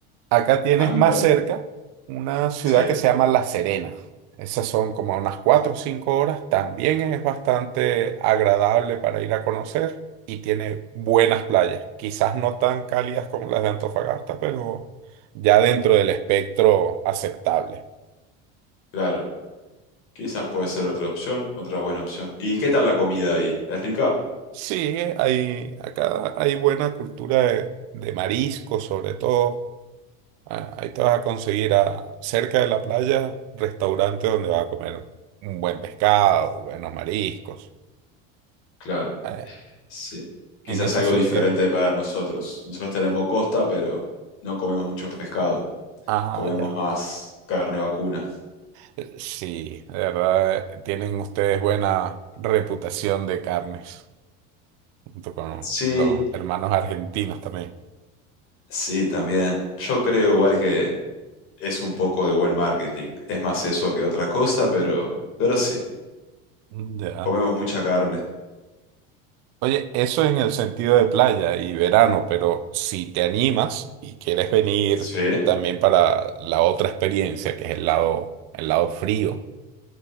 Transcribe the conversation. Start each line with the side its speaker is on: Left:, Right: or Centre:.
Right: Acá tienes
Left: A mí
Right: más
Left: me...
Right: cerca una ciudad
Left: Sí,
Right: que se llama La Serena. Esas son como unas cuatro o cinco horas. También es bastante agradable para ir a conocer y tiene buenas playas. Quizás no tan cálidas como las de Antofagasta, pero ya dentro del espectro aceptable.
Left: claro. Quizás puede ser otra opción, otra buena opción. ¿Y qué tal la comida ahí? ¿Es rica?
Right: Sí, hay, acá hay buena cultura de, de marisco sobre todo. Ah, Ahí te vas a conseguir a, cerca de la playa, restaurante donde vas a comer un buen pescado, buenos mariscos.
Left: Claro.
Right: Eh,
Left: Sí. Quizás
Right: en ese
Left: algo
Right: sentido.
Left: diferente para nosotros. Nosotros tenemos costa, pero no comemos mucho pescado.
Right: Ah,
Left: Comemos
Right: ya.
Left: más carne vacuna.
Right: Eh, Sí, de verdad, eh, tienen ustedes buena reputación de carnes, junto con
Left: Sí,
Right: los hermanos argentinos también.
Left: sí, también. Yo creo igual que es un poco de buen marketing. Es más eso que otra cosa, pero, pero sí.
Right: Mm, Ya.
Left: Comemos mucha carne.
Right: Oye, eso en el sentido de playa y verano, pero si te animas y quieres venir
Left: Sí,
Right: también para la otra experiencia, que es el lado, el lado frío.